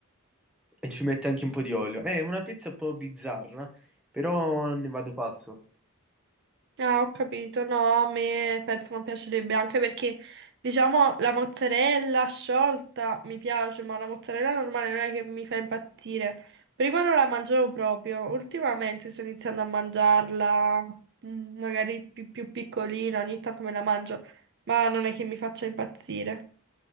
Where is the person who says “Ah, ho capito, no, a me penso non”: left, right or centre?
Right